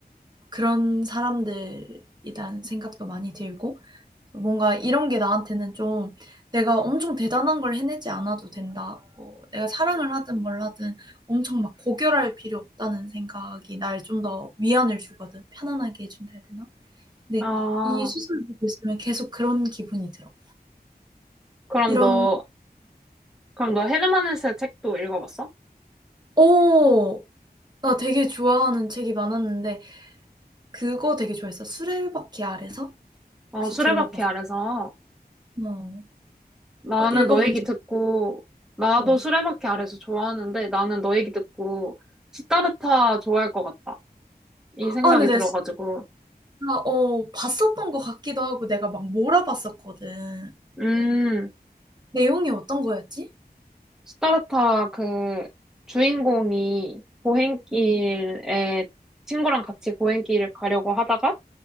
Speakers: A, on the right; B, in the centre.
A: 그런 사람들이라는 생각도 많이 들고 뭔가 이런 게 나한테는 좀 '내가 엄청 대단한 걸 해내지 않아도 된다.' 뭐 내가 사랑을 하든 뭘 하든 엄청 막 고결할 필요 없다는 생각이 날 좀 더 위안을 주거든. 편안하게 해 준다 해야 되나? 근데
B: 아,
A: 이수설을 보고 있으면 계속 그런 기분이 들어.
B: 그럼
A: 이런
B: 너, 그럼 너 헤르만 헤세 책도 읽어봤어?
A: 오 나 되게 좋아하는 책이 많았는데 그거 되게 좋아했어. 수레바퀴 아래서?
B: 어,
A: 혹시
B: 수레바퀴
A: 들어봤어?
B: 아래서.
A: 어.
B: 나는
A: 어 읽어본
B: 너 얘기
A: 적
B: 듣고, 나도
A: 있어. 어.
B: 수레바퀴 아래서 좋아하는데 나는 너 얘기 듣고 시타르타 좋아할 것 같다. 이 생각이
A: 아 근데 내가
B: 들어가지고.
A: 진짜 어 봤었던 것 같기도 하고 내가 막 몰아봤었거든.
B: 음,
A: 내용이 어떤 거였지?
B: 시타르타 그 주인공이 고행길에
A: 음.
B: 친구랑 같이 고행길을 가려고 하다가